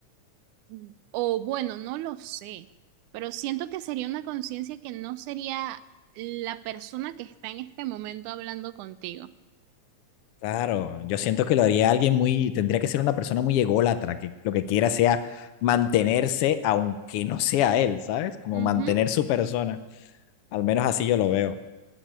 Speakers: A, on the right (about 85°); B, on the left (about 80°).
A: mm, o bueno, no lo sé, pero siento que sería una conciencia que no sería la persona que está en este momento hablando contigo.
B: Claro, yo siento que lo haría alguien muy, tendría que ser una persona muy ególatra, que lo que quiera sea mantenerse, aunque no sea él, ¿sabes? Como
A: Ujú.
B: mantener su persona. Al menos así yo lo veo.